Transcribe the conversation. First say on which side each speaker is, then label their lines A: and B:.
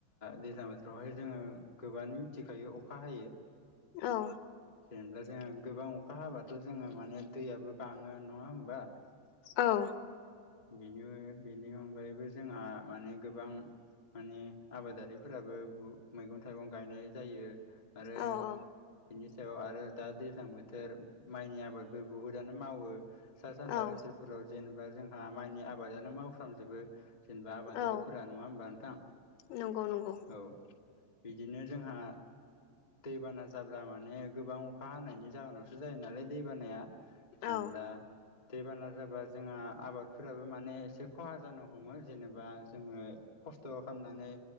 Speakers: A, on the left; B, on the left.
A: दैज्लां बोथोरावहाय जोङो गोबाङानो मिथि थिखायो अखा हायो
B: औ
A: जेनेबा जोङो गोबां अखा हाबाथ' जोङो माने दैयाबो बाङो नङा होमबा
B: औ
A: बेनि बेनि अनगायैबो जोंहा माने गोबां माने आबादारिफोराबो मैगं थाइगं गायनाय जायो आरो
B: औ औ
A: बिनि सायाव आरो दा दैज्लां बोथोर माइनि आबादबो बुहुदानो मावो सा सानजा
B: औ
A: ओनसोलफोराव जेनेबा जोंहा माइनि आबादानो मावफ्रामजोबो जेनेबा आबादारिफोरा
B: औ
A: नङा होमबा नोंथां
B: नंगौ नंगौ
A: औ बिदिनो जोंहा दैबाना जाब्ला माने गोबां अखा हानायनि जाहोनावसो जायो नालाय दै बानाया जेनेबा
B: औ
A: दै बाना जाबा जों आबाद फोराबो माने एसे खहा जानो हमो जेननोबा जोङो खस्थ' खालामनानै